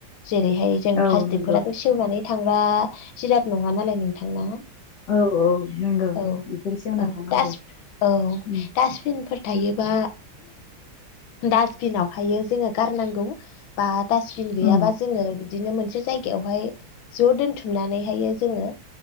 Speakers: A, on the left; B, on the left.
A: जेरैहाय जों
B: औ
A: प्लास्टिकफोराबो
B: नंगौ
A: सेवनानै थांग्रा जिराद नंङा नालाय नोंथांना?
B: औ औ नंगौ
A: औ
B: बेफोर सेवना
A: औ
B: थाङा
A: डास
B: आरो
A: औ
B: उम
A: डासटबिन फोर थायोबा डासबिनावहायो गारनांगौ। बा डासबिन गैयाबा
B: उम
A: जोङो बिदिनो मोनसे जायगायावहाय ज' दोनथुमनानैहायओ जोङो